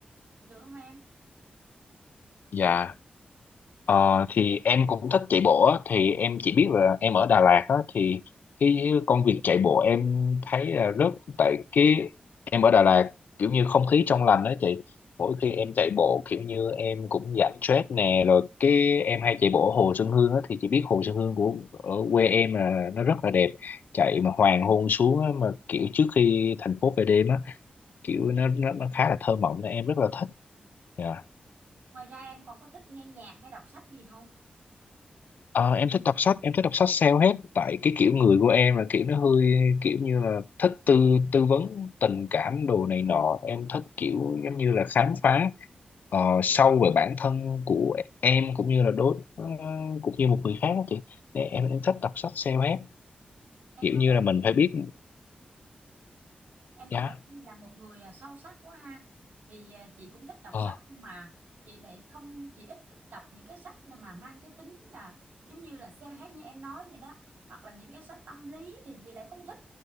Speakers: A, on the right; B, on the left.
A: được không em
B: Dạ. Ờ, thì em cũng thích chạy bộ á, thì em chỉ biết là em ở Đà Lạt á, thì cái công việc chạy bộ em thấy là rất tại cái em ở Đà Lạt kiểu như không khí trong lành đó chị mỗi khi em chạy bộ kiểu như em cũng giảm stress nè rồi cái em hay chạy bộ ở Hồ Xuân Hương á, thì chị biết Hồ Xuân Hương của ở quê em là nó rất là đẹp chạy mà hoàng hôn xuống á, mà kiểu trước khi thành phố về đêm á kiểu nó nó, nó khá là thơ mộng nên em rất là thích Dạ.
A: ngoài ra em còn có thích nghe nhạc hay đọc sách gì không
B: Ờ, em thích đọc sách, em thích đọc sách self-help tại cái kiểu người của em là kiểu nó hơi kiểu như là thích tư tư vấn tình cảm đồ này nọ, em thích kiểu giống như là khám phá ờ, sâu về bản thân của em cũng như là đối ờ, cũng như một người khác đó chị. Nè, em em thích đọc sách self-help
A: em
B: kiểu
A: có
B: như là mình phải biết
A: Em có
B: giá
A: vẻ như là một người à, sâu sắc quá ha. Thì à, chị cũng thích đọc
B: ờ
A: sách nhưng mà chị lại không chị ít thích đọc những cái sách mà mang cái tính là giống như là self-help như em nói vậy đó, hoặc là những cái sách tâm lý thì chị lại không thích.